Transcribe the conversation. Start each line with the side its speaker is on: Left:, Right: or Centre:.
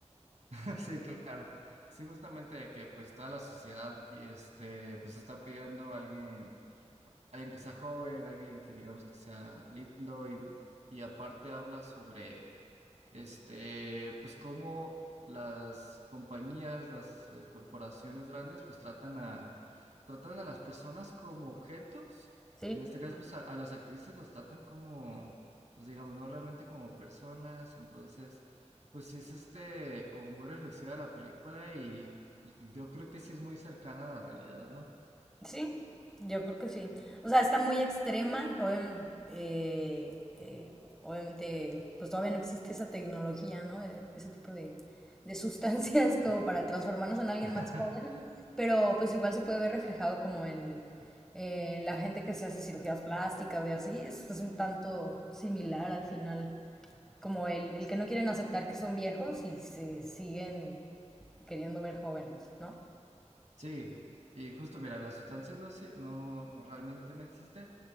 Right: <laughs> sí, claro. Sí, justamente de que pues toda la sociedad y este, pues está pidiendo a alguien, alguien que sea joven, alguien que digamos que sea lindo y, y aparte habla sobre este, pues cómo las compañías, las eh, corporaciones grandes, pues tratan a, tratan a las personas como objetos.
Centre: Sí,
Right: En este caso, pues a, a las actrices los tratan como, pues digamos, no realmente como personas. Entonces, pues sí es este, como muy reflexiva la película y pues yo creo que sí es muy cercana a la realidad, ¿no?
Centre: Sí, yo creo que sí. O sea, está muy extrema. obviam- eh, eh, obviamente, pues todavía no existe esa tecnología, ¿no? Eh, Ese tipo de, de sustancias <laughs> como para transformarnos en alguien
Right: <laughs>
Centre: más joven. Pero pues igual se puede ver reflejado como en eh, la gente que se hace cirugías plásticas y así. Es, es un tanto similar al final. Como el, el que no quieren aceptar que son viejos y se siguen queriendo ver jóvenes, ¿no?
Right: Sí, y justo mira, la sustancia no, se- no realmente no existe,